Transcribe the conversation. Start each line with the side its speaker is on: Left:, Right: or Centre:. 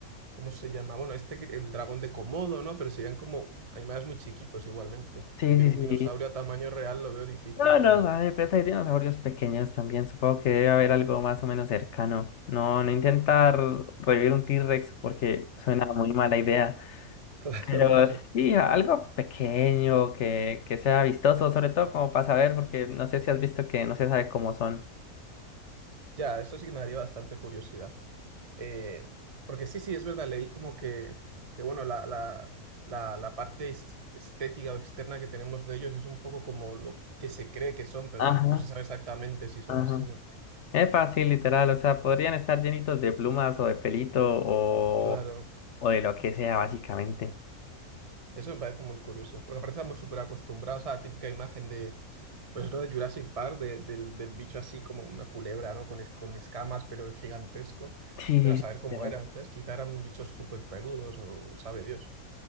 Right: ¿Cómo se llama? Bueno, este, que- el dragón de Komodo, ¿no? Pero serían como animales muy chiquitos igualmente.
Left: Sí,
Right: Ver un
Left: sí, sí.
Right: dinosaurio a tamaño real lo veo difícil
Left: No,
Right: como...
Left: no, hay, pues hay dinosaurios pequeños también. Supongo que debe haber algo más o menos cercano. No, no intentar revivir un T-Rex porque suena muy mala idea.
Right: <laughs> Claro,
Left: Pero
Right: claro.
Left: sí, algo pequeño que, que sea vistoso, sobre todo como para saber, porque no sé si has visto que no se sabe cómo son.
Right: Ya, eso sí que me daría bastante curiosidad. Eh, porque sí, sí, es verdad, leí como que, que bueno, la, la, la, la parte es- estética o externa que tenemos de ellos es un poco como lo que se cree que son, pero
Left: Ajá,
Right: tampoco se sabe exactamente si son
Left: ajá.
Right: así, ¿no?
Left: Es fácil, literal. O sea, podrían estar llenitos de plumas o de pelito o,
Right: Claro,
Left: o de lo que sea, básicamente.
Right: eso me parece muy curioso, porque aparte estamos súper acostumbrados a la típica imagen de Pues lo de Jurassic Park, de- del, del bicho así como una culebra, ¿no? Con, es- con escamas, pero gigantesco.
Left: Sí, sí,
Right: Pero a
Left: sí,
Right: saber cómo
Left: literal.
Right: eran, ¿sabes? Quizá eran bichos súper peludos o sabe Dios.